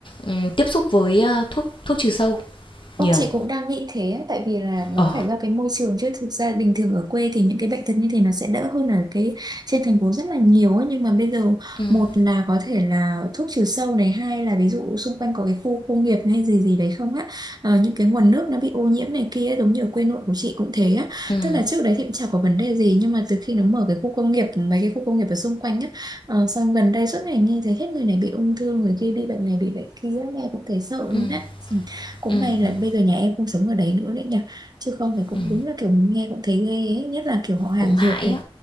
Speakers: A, on the left; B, on the right.
A: ừm, tiếp xúc với, a, thuốc thuốc trừ sâu
B: Ông
A: nhiều.
B: chị cũng đang nghĩ thế ấy, tại vì là nó
A: Ờ.
B: phải do cái môi trường chứ thực ra bình thường ở quê thì những cái bệnh tật như thế nó sẽ đỡ hơn ở cái trên thành phố rất là nhiều ấy. Nhưng mà bây giờ
A: Ừm,
B: một là có thể là thuốc trừ sâu này hai là ví dụ xung quanh có cái khu công nghiệp hay gì gì đấy không á Ờ, những cái nguồn nước nó bị ô nhiễm này kia ấy, giống như ở quê nội của chị cũng thế á
A: ừm,
B: tức là trước đấy thì cũng chả có vấn đề gì nhưng mà từ khi nó mở cái khu công nghiệp mấy cái khu công nghiệp ở xung quanh á ờ, xong gần đây suốt ngày nghe thấy hết người này bị ung thư người kia bị bệnh này bị bệnh kia nghe cũng thấy sợ luôn
A: ừm,
B: á Ừ cũng
A: ừm,
B: may là
A: ừm,
B: bây giờ nhà em không sống ở đấy nữa đấy nhỉ chứ không thì cũng
A: ừm,
B: đúng là kiểu nghe cũng thấy ghê ấy. nhất là kiểu họ hàng
A: cũng hại
B: ruột này
A: á.